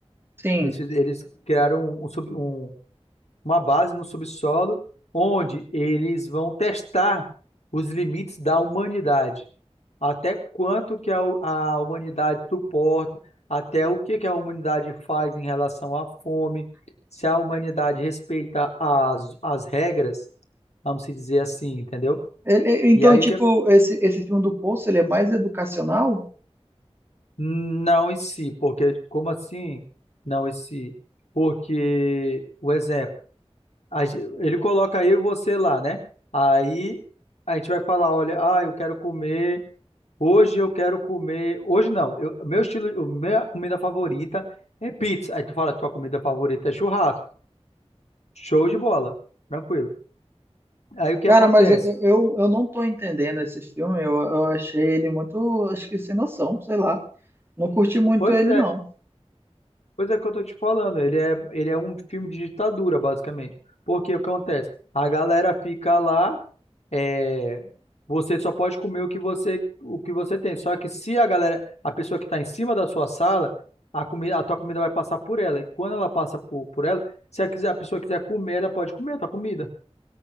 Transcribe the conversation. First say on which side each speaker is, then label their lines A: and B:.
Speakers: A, on the right; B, on the left.
A: Sim.
B: Eles, fiz- eles criaram um, um, sub- um uma base no subsolo, onde eles vão testar os limites da humanidade. Até quanto que a, hu- a humanidade suporta, até o que que a humanidade faz em relação à fome, se a humanidade respeita as, as regras, vamos se dizer assim, entendeu?
A: Ele- então,
B: E aí
A: tipo,
B: o que...
A: esse, esse filme do Poço, ele é mais educacional?
B: Não em si, porque como assim não em si? Porque, o exemplo, a ge- ele coloca eu e você lá, né? Aí a gente vai falar, olha, ah, eu quero comer, hoje eu quero comer, hoje não, eu, meu estilo, o- minha comida favorita é pizza. Aí tu fala, tua comida favorita é churrasco. Show de bola, tranquilo. Aí o que
A: Cara,
B: acontece?
A: mas eu, eu, eu não tô entendendo esse filme. Eu, eu achei ele muito, acho que sem noção, sei lá. Não curti muito
B: Pois
A: ele,
B: é,
A: não.
B: Pois é que eu tô te falando, ele é, ele é um filme de ditadura, basicamente. Porque o que acontece? A galera fica lá, é, você só pode comer o que você, o que você tem. Só que se a galera, a pessoa que está em cima da sua sala, a comida, a tua comida vai passar por ela. E quando ela passa por, por ela, se a, quiser, a pessoa quiser comer, ela pode comer a tua comida.